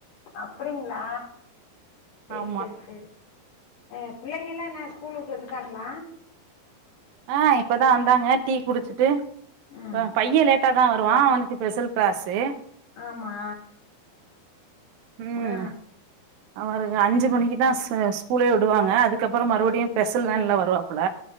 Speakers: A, on the left; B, on the right.
A: அப்டிங்ளா செர்
B: ஆமா
A: செர் செரி ஆ பிள்ளைங்ல்லா என்ன ஸ்கூல் விட்டு வந்துட்டாங்ளா
B: ஆ இப்பதான் வந்தாங்க டீ குடிச்சிட்டு
A: ம்
B: பைய லேட் டாதா தான் வருவான் அவனுக்கு ஸ்பெஷல் க்ளாஸ்ஸு
A: ஆமா
B: ம்
A: ஆ
B: அவருக்கு அஞ்சு மணிக்கு தா ஸ்கூலே விடுவாங்க அதுக்கப்பற மறுபடியு ஸ்பெஷல் வேன்ல வருவாப்ல